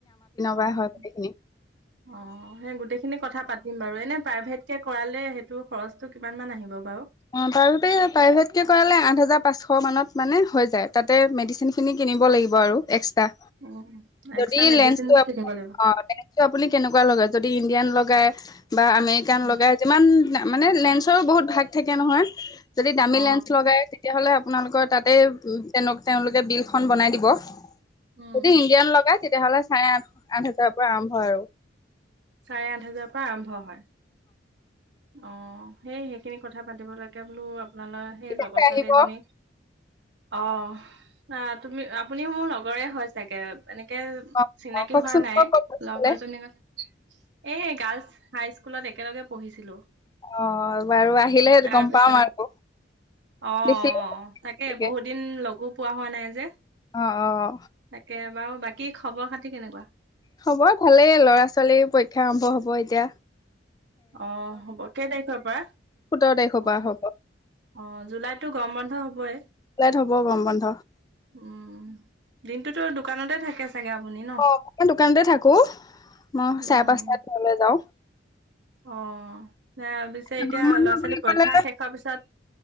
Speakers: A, on the right; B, on the left.
A: অ-অ,
B: পৰাই হয় গোটেইখিনি।
A: সেই গোটেই সেইখিনি কথা পাতিম বাৰু এনে প্ৰাইভেটকে কৰালে, সেইটো খৰচটো কিমানমান আহিব বাৰু
B: অ' প্ৰাইভেট-প্ৰাইভেট কে কৰালে আঠ হাজাৰ পাঁচশ শ মানত মানে হৈ যায়, তাতে মেডিচিনখিনি কিনিব লাগিব আৰু এক্স
A: উম
B: যদি
A: এক্সট্ৰা মেডিচিন
B: লেন্সটো আপ
A: কিনিব লাগিব
B: অ লেন্সটো আপুনি কেনেকুৱা লগাই, যদি ইণ্ডিয়ান ল গাই। বা' আমেৰিকান
A: উম
B: লগাই। যিমান মানে লেন্স টো, বহুত ভাগ থাকে নহয়। যদি দামী
A: অ
B: লেন্স লগাই তেতিয়াহ'লে আপোনালোকৰ তাতে তেওঁ-তেওঁলোকে বিল খন বনাই দিব।
A: উম
B: যদি ইণ্ডিয়ান লগাই তেতিয়াহলে চাৰে আঠ, আঠ হাজাৰৰ পৰা আৰম্ভ হয় আৰু।
A: চাৰে আঠ হাজাৰৰ পৰা আৰম্ভ হয়। অ' সেই সেইখিনি কথা পাতিব লৈকে‌ বোলো আপোনালোকৰ সেই
B: ঠিক
A: লগৰ
B: আছে
A: ছোৱালী
B: আহিব
A: এজনী
B: অ'
A: অ' তুমি, আপুনি মোৰ লগৰে হয় চাগে। এনেকে
B: অ'
A: চিনাকি
B: কওকচোন
A: হোৱা নাই,
B: ক'ত ক'ত গৈছিলে?
A: লগৰ জনী এ গাৰ্লছ হাই স্কুলত একেলগে পঢ়িছিলো। উ
B: অ' বাৰু আহিলে
A: তাৰপিছত
B: গম পাম আৰু
A: অ-অ,
B: দেখিলে
A: তাকে
B: চাগে
A: বহুত দিন লগো পোৱা হোৱা নাই যে।
B: অ অ।
A: তাকে বাৰু বাকী খবৰ খাতি কেনেকুৱা?
B: খবৰ ভালেই ল'ৰা ছোৱালীৰ পৰীক্ষা আৰম্ভ হব এতিয়া।
A: অ‌ হ'ব কেই তাৰিখৰ পৰা?
B: সোতৰ তাৰিখৰ
A: অ
B: পৰা হ'ব।
A: অ জুলাইততো গৰম বন্ধ হবই
B: লেট হ'ব গৰম বন্ধ।
A: উম। দিনটোতো দোকানতে থাকে চাগে আপুনি ন
B: অ‌ মই দোকানতে থাকো। মই
A: উম
B: চাৰে পাঁচটাত ঘৰলে যাওঁ।
A: অহ। পিছে
B: গৰম
A: এতিয়া
B: বন্ধ
A: ল'ৰা
B: বুলি
A: ছোৱালী
B: ক'লে
A: পৰীক্ষা শেষৰ পিছত